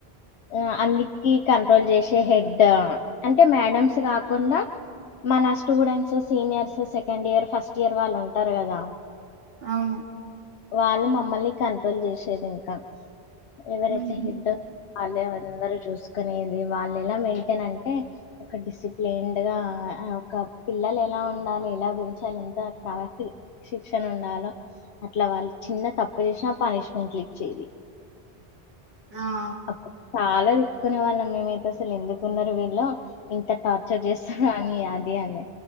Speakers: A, on the left (about 80°); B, on the right (about 65°).
A: ఊ అన్నిట్కీ కంట్రోల్ చేసే హెడ్డూ అంటే మేడమ్సు కాకుండా మన students seniors second year first year వాళ్ళు ఉంటారు కదా
B: అవును
A: వాళ్ళు మమ్మల్ని కంట్రోల్ చేసే దింకా ఎవరైతే
B: ఉహు
A: హెడ్డు వాళ్ళే అందరూ చూసుకునేది వాళ్ళు ఎలా మెయింటెన్ అంటే ఒక డిసిప్లైన్డ్ గా ఒక పిల్లలు ఎలా ఉండాలి ఎలా పెంచాలి ఎంత ప్రాతి శిక్షణ ఉండాలో అట్లా వాళ్ళు చిన్న తప్పు చేసినా పనిష్మెంట్లు ఇచ్చేది.
B: ఆ
A: అప్ చాలా తిట్టుకునే వాళ్ళం మేమైతే అసలు ఎందుకున్నరు వీల్లో ఇంత టార్చర్ చేస్సరు అనీ అదే అండి